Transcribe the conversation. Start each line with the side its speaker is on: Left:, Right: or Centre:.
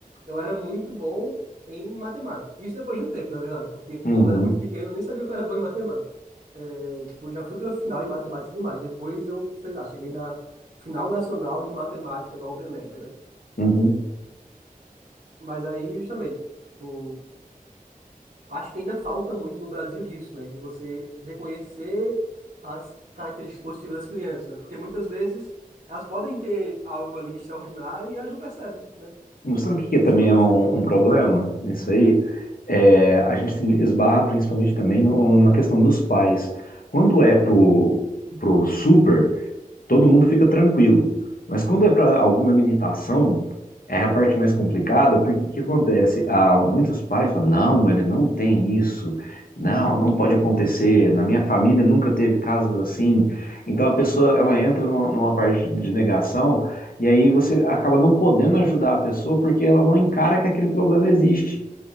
Right: eu era muito bom em matemática. Isso depois de um tempo, na verdade, porque quando
Left: uhum,
Right: eu era muito pequeno eu nem sabia que eu era bom em matemática. É, tipo, já fui pra final em matemática e tudo mais. Depois eu, sei lá, cheguei na final nacional de matemática da OBMEP, né?
Left: uhum.
Right: Mas aí, justamente, tipo. Acho que ainda falta muito no Brasil disso, né? De você reconhecer as características positivas das crianças, né? Porque muitas vezes elas podem ter algo ali extraordinário e elas não percebem, né?
Left: Não
Right: É
Left: sabe o que que
Right: isso
Left: é também
Right: que eu percebi
Left: é um,
Right: muito.
Left: um problema nisso aí? É, a gente tem- esbarra principalmente também no- na questão dos pais. Quando é pro, pro super, todo mundo fica tranquilo. Mas quando é para alguma limitação, é a parte mais complicada, porque o que acontece? Ah, muitos pais falam, não, ele não tem isso, não, não pode acontecer, na minha família nunca teve casos assim. Então a pessoa, ela entra numa, numa parte de negação, e aí você acaba não podendo ajudar a pessoa porque ela não encara que aquele problema existe.